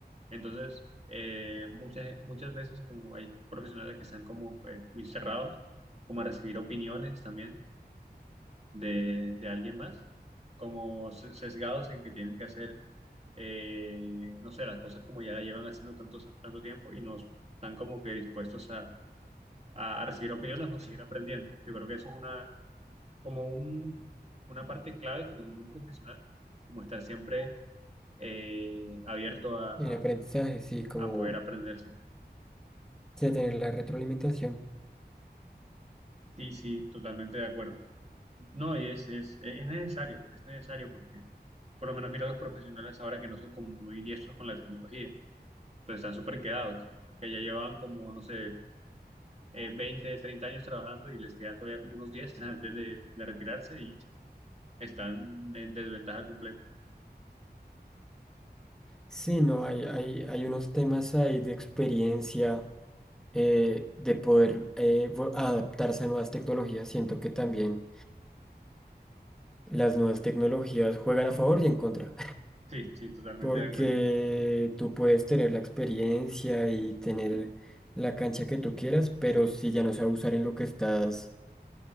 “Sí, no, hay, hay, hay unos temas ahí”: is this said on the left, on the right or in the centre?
Centre